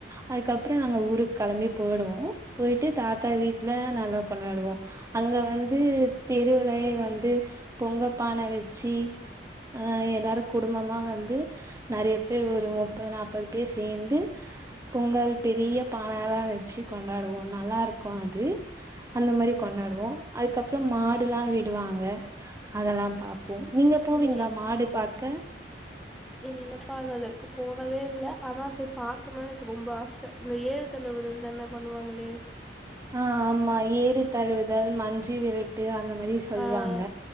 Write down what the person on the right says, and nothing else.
அதுக்கப்புறம் நாங்க ஊருக்கு கெளம்பி போய்டுவோம் போயிட்டு தாத்தா வீட்ல நல்லா கொண்டாடுவோம் அங்க வந்து தெருவுலயே வந்து பொங்க பானை வச்சு அ எல்லாருக்கு குடும்பமா வந்து நெறய பேர் ஒரு முப்பது நாப்பது பேர் சேந்து பொங்கல் பெரிய பானல்லா வெச்சு கொண்டாடுவோ நல்லாயிருக்கு அது அந்தமாரி கொண்டாடுவோ அதுக்கப்றோ மாடுல்லா விடுவாங்க அதெல்லா பாப் போ நீங்க போவீங்ளா
மாடு பாக்க
ஆ ஆமா ஏறு தழுவுதல் மஞ்சு விரட்டு அந்தமாரி சொல்வாங்க